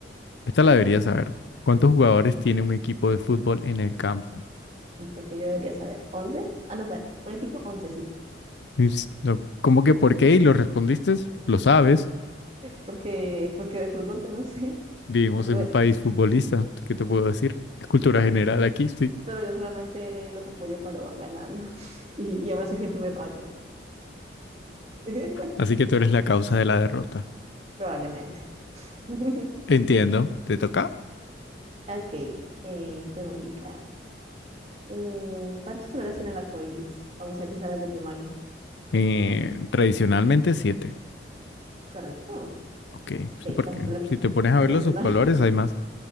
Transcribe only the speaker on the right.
¿Y por qué yo debería saber? once Ah, no, pero un equipo 11 sí.
porque, porque de fútbol yo no sé,
aunque
bueno,
sí,
pero yo solamente los apoyo cuando van ganando <laughs> y, y aún así siempre me fallan, <laughs>
probablemente. <laughs>
Ok, eh, preguntica. Eh, ¿cuántos colores tiene el arco iris? Vamos a ver si sabes de primaria.
Correcto.
Ok,
pasaste, la,
pasaste
primaria.
<laughs>